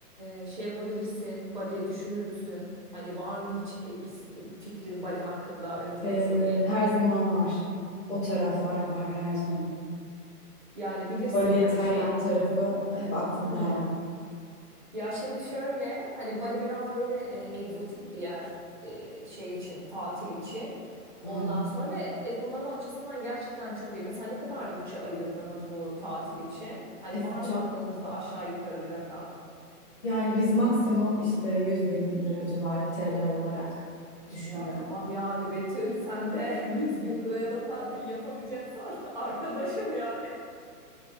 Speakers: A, on the right; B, on the left.
A: e, şey yapabilirsin. Bali düşünür müsün? Hani var mı hiç e, is- e, fikrin Bali hakkında? Önce
B: Ee,
A: onu sorayım.
B: her zaman var. O taraflar var her zaman.
A: Yani bilirsin
B: Bali,
A: hani
B: Tayland
A: şey.
B: tarafı hep aklımda
A: Hmm.
B: yani.
A: Ya şimdi şöyle hani Bali biraz böyle e, egzotik bir yer e, şey için tatil için.
B: Hı.
A: Ondan sonra ve ekonomi açısından gerçekten çok iyi. Mesela ne kadar bütçe ayırdınız bu tatil için? Hani
B: Bizi
A: var
B: çok
A: mı aklınızda aşağı yukarı bir rakam?
B: yani biz maksimum işte 100 bin lira civarı TL olarak düşünüyorum.
A: Ya tamam yani Betül sen de <laughs> yüz bin liraya da tatil yapamayacaksan <laughs> arkadaşım yani.